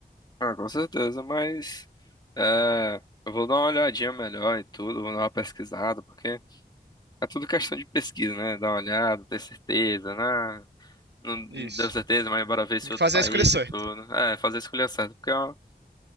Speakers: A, on the left; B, on the right.
A: Ah, com certeza, mas é, eu vou dar uma olhadinha melhor e tudo, vou dar uma pesquisada, porque é tudo questão de pesquisa, né? Dar uma olhada, ter certeza, né? Não não
B: Isso.
A: deu certeza, mas bora ver esse
B: Tem que
A: outro
B: fazer
A: país
B: a escolha certa.
A: e tudo. É, fazer a escolha certa, porque é uma